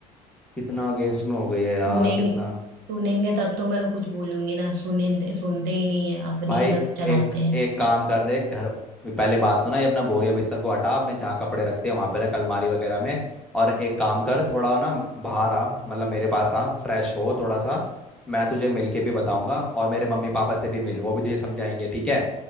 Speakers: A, in the centre; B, on the right (about 55°).
A: कितना अगेंस्ट में हो गई है यार
B: सुनेंगे
A: कितना
B: सुनेंगे तब तो मैं कुछ बोलूंगी ना सुने सुनते ही नहीं है अपनी
A: भाई
B: ही बस चलाते
A: एक
B: हैं
A: एक काम कर दे घर पहले बात तो ना ये अपना बोरिया बिस्तर को हटा अपने जहाँ कपड़े रखते हैं वहां पे रख अलमारी वगैरह में और एक काम कर थोड़ा ना बाहर आ मतलब मेरे पास आ फ्रेश हो थोड़ा सा मैं तुझे मिल के भी बताऊंगा और मेरे मम्मी पापा से भी मिल वो भी तुझे समझाएंगे ठीक है